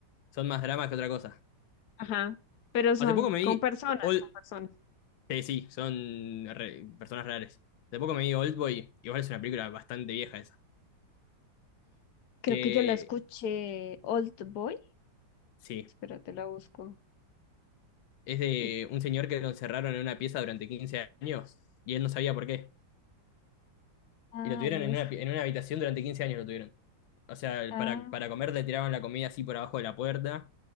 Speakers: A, on the left (about 85°); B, on the left (about 65°).
A: son más dramas que otra cosa.
B: Ajá. Pero son
A: Hace poco me vi
B: con personas,
A: Old...
B: con personas.
A: eh, sí, son re- personas reales. Hace poco me vi Oldboy. Igual es una película bastante vieja esa.
B: Creo
A: Que
B: que yo la escuché Old Boy.
A: sí,
B: Espérate, la busco.
A: es de
B: Y,
A: un señor que lo encerraron en una pieza durante 15 años y él no sabía por qué.
B: ah,
A: Y lo tuvieron
B: uff.
A: en una, en una habitación durante 15 años lo tuvieron. O sea,
B: Ah,
A: para, para comer le tiraban la comida así por abajo de la puerta.